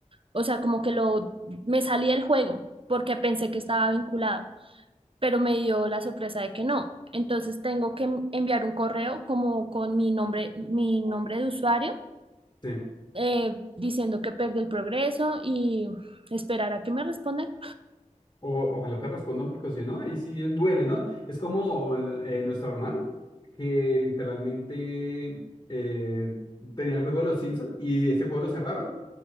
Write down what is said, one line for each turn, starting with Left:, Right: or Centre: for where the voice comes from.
Right: O sea, como que lo, me salí del juego porque pensé que estaba vinculado, pero me dio la sorpresa de que no. Entonces tengo que enviar un correo como con mi nombre, mi nombre de usuario,
Left: sí.
Right: eh, diciendo que perdí el progreso y esperar a que me respondan.
Left: O, ojalá te respondan porque si no, ahí sí es- duele, ¿no? Es como eh, nuestra hermana que literalmente eh, tenía el juego de los Simpsons y ese juego lo cerraron.